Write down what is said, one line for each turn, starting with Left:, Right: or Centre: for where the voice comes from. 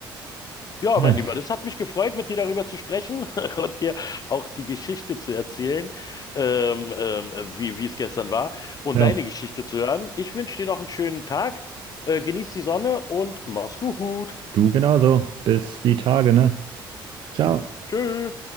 Left: Ja,
Right: Ja,
Left: mein Lieber, das hat mich gefreut, mit dir darüber zu sprechen <laughs> und dir auch die Geschichte zu erzählen, ähm, ähm, wie, wie es gestern war und
Right: ja,
Left: deine Geschichte zu hören. Ich wünsche dir noch einen schönen Tag, äh, genieß die Sonne und mach's gut.
Right: du genauso. Bis die Tage, ne? Ciao.
Left: Tschö.